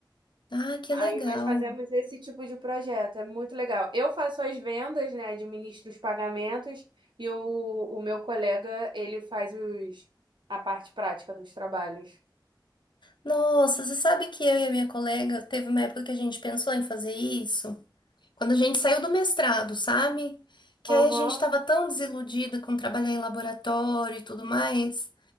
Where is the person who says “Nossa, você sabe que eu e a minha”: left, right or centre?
Left